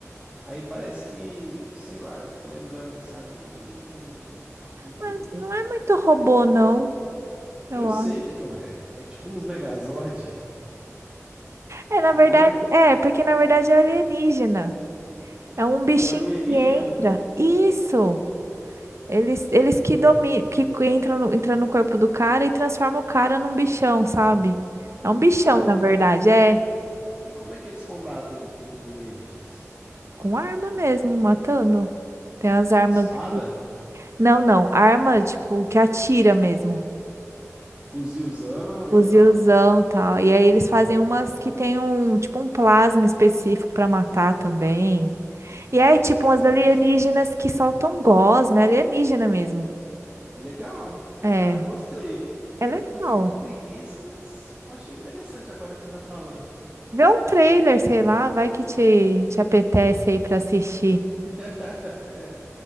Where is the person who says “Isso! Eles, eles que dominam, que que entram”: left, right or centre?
Right